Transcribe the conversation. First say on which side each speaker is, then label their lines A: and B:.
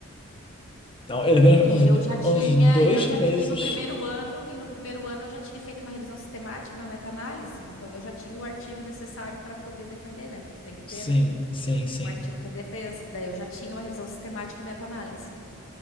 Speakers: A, on the left; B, on the left.
A: Não, ele veio
B: E
A: uns,
B: eu já tinha,
A: uns dois
B: e eu já,
A: meses.
B: ti- e no primeiro ano, e no primeiro ano eu já tinha feito uma revisão sistemática, uma meta-análise, então eu já tinha o artigo necessário para poder defender, né? Porque tu tem que ter,
A: Sim,
B: né?
A: sim, sim.
B: Um artigo para defesa. Daí eu já tinha uma revisão sistemática e meta-análise.